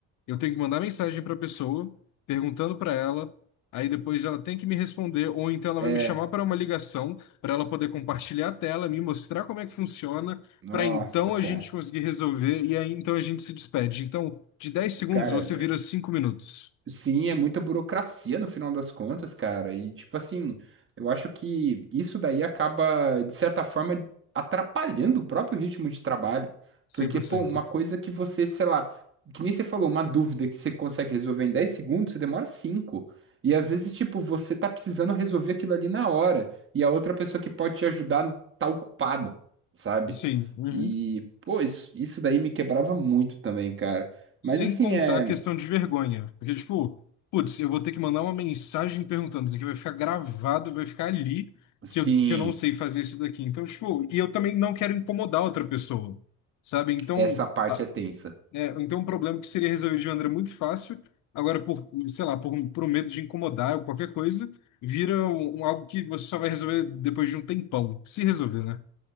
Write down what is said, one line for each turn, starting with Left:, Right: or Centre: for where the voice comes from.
Left: Eu tenho que mandar mensagem para a pessoa, perguntando para ela, aí depois ela tem que me responder, ou então ela
Right: é,
Left: vai me chamar para uma ligação, para ela poder compartilhar a tela, me mostrar como é que funciona,
Right: nossa,
Left: para então
Right: cara.
Left: a gente conseguir resolver, e aí então a gente se despede. Então, de 10 segundos
Right: Cara,
Left: você vira cinco minutos,
Right: Sim, é muita burocracia no final das contas, cara. E, tipo assim, eu acho que isso daí acaba, de certa forma, atrapalhando o próprio ritmo de trabalho.
Left: cem
Right: Porque,
Left: por
Right: pô,
Left: cento.
Right: uma coisa que você, sei lá, que nem você falou, uma dúvida que você consegue resolver em 10 segundos, você demora cinco E às vezes, tipo, você tá precisando resolver aquilo ali na hora. E a outra pessoa que pode te ajudar tá ocupada, sabe?
Left: Sim. uhum.
Right: E, pô, isso, isso daí me quebrava muito também, cara.
Left: Sem
Right: Mas assim,
Left: contar
Right: é.
Left: a questão de vergonha. Porque, tipo, putz, eu vou ter que mandar uma mensagem perguntando. Isso aqui vai ficar gravado, vai ficar ali
Right: Sim.
Left: que eu, que eu não sei fazer isso daqui. Então, tipo, e eu também não quero incomodar outra pessoa, sabe? Então,
Right: Essa parte
Left: a-
Right: é tensa.
Left: é, então um problema que seria resolvido de maneira muito fácil, agora por, sei lá, por, um- por um medo de incomodar ou qualquer coisa, vira um, um algo que você só vai resolver depois de um tempão. Se resolver, né?